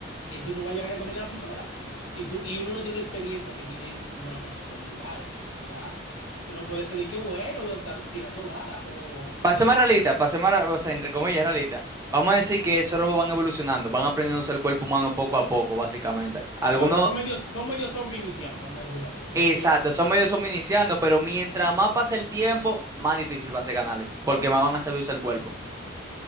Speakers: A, on the left (about 85°); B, on the right (about 15°).
A: y tú no vas a llegar a coger la pistola. Y, tú, y uno no tiene la experiencia que tienen, no, no, no, los militares. O sea, uno puede ser de que bueno, dan- tirando balas, pero
B: Pase
A: delante.
B: más realista, pase más, ra- o sea, entre comillas, realista. Vamos a decir que esos robots van evolucionando, van aprendiendo a usar el cuerpo humano poco a poco, básicamente. Algunos,
A: Bueno, son medios, son medios zombies iniciando, vamos a decirlo así. Son
B: exacto,
A: medios,
B: son medios, son iniciando, pero mientras más pase el tiempo, más difícil va a ser ganarle, porque más van a saber usar el cuerpo.